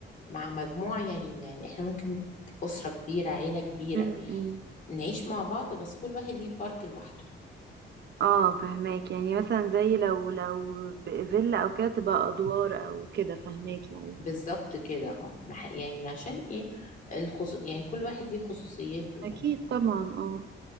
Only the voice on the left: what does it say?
مع مجموعه يعني يعني احنا ممكن اسره كبيره عيله كبيره
نعيش مع بعض بس كل واحد ليه بارت لوحده
بالظبط كده اه ما ح- يعني عشان ايه الخصو... يعني كل واحد ليه خصوصيته
يعني